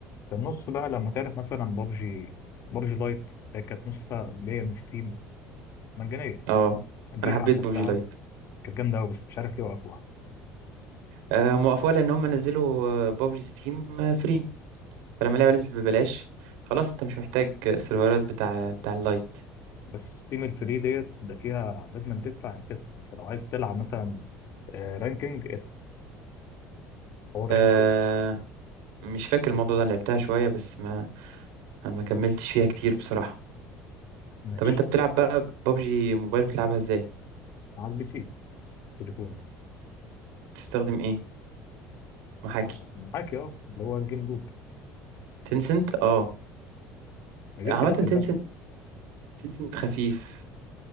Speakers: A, on the left (about 55°); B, on the right (about 90°).
A: النص بقى لما تعرف مثلا بابجي بابجي لايت اللي كانت نسخه اللي هي من ستيم مجانيه
B: اه
A: دي
B: انا حبيت
A: حملتها
B: ببجي لايت
A: كانت جامده قوي بس مش عارف ليه وقفوها
B: آه، هم وقفوها لان هم نزلوا ببجي ستيم فري فلما اللعبه نزلت ببلاش خلاص انت مش محتاج السيرفرات بتاع بتاع اللايت
A: بس ستيم الفري ديت ده فيها لازم تدفع يعني تدفع انت لو عايز تلعب مثلا آه، رانكينج ادفع هو رخم
B: آه،
A: قوي
B: مش فاكر الموضوع ده انا لعبتها شويه بس ما ما كملتش فيها كتير بصراحه
A: ماشي
B: طب انت بتلعب بقى ببجي موبايل بتلعبها ازاي
A: معاك بي سي تليفون
B: تستخدم ايه محاكي
A: آه، معاك اه اللي هو الجيم لوب
B: تنسنت اه
A: غير
B: عامه
A: كده
B: تنسنت
A: هتبان
B: تنسنت خفيف